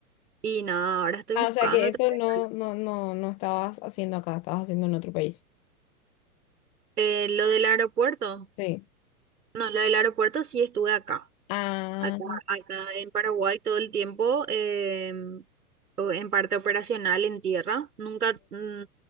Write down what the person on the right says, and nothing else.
Y nada, ahora estoy
buscando
otra vez.
Eh, lo del aeropuerto.
No, lo del aeropuerto sí estuve acá.
Acá, acá en Paraguay todo el tiempo, eh, o en parte operacional, en tierra. Nunca, mm, o